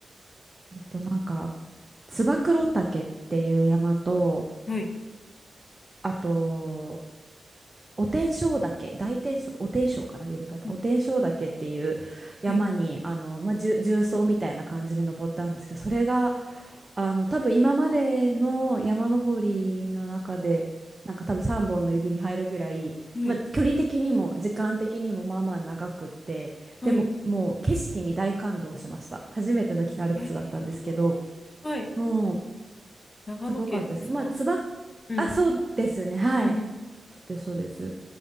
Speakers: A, on the right; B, on the left.
A: えっと、なんか、燕岳っていう山と、
B: はい、
A: あと、お天正岳、大天正、お天正かな、呼び方。
B: うん、
A: お天正岳っていう山に、
B: はい、
A: あの、まあ、重重曹みたいな感じで登ったんですけど、それが、あの、多分今までの山登りの中で、
B: うん、
A: なんか多分3本の指に入るぐらい、
B: はい、
A: まあ、距離的にも時間的にもまあまあ長くって、
B: はい。
A: でももう景色に大感動しました。初めての北アルプスだったんですけど、
B: えー、はい。
A: もう
B: 長野県ですか
A: すごかったですね。まあ、つば、
B: うん、
A: あ、そうですね、はい。
B: うん、
A: そうです、そうです。